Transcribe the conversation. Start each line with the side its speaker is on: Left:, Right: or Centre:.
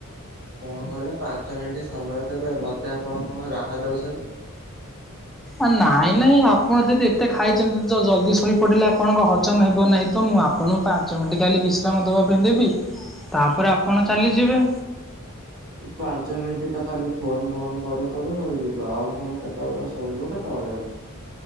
Right: କଣ କହିଲେ ପାଞ୍ଚ ମିଣ୍ଟି ସମୟ ଦେବେ, ମତେ ଆପଣ କଣ ରାହା ଦଉଛନ୍ତି?
Centre: ଆ ନାଇଁ-ନାଇଁ ଆପଣ ଯଦି ଏତେ ଖାଇଚନ୍ତି ଜଲ୍ଦୀ ଶୋଇପଡିଲେ ଆପଣଙ୍କ ହଜମ୍ ହେବ ନାହିଁ, ତ ମୁଁ ଆ ପଣଙ୍କୁ ପାଞ୍ଚ ମିନିଟ୍ <unintelligible> ବିଶ୍ରାମ ଦବା ପାଇଁ ଦେବି, ତାପରେ ଆପଣ ଚାଲିଯିବେ।
Right: ପାଞ୍ଚ ମିଣ୍ଟି ତ ଖାଲି ଫୋନ୍ ବନ୍ଦ କରୁ-କରୁ ହୋଇଯିବ, ଆଉ ଫୁଣି କେତେବେଳେ ଶୋଇବ କେତବଳେ ଆମେ।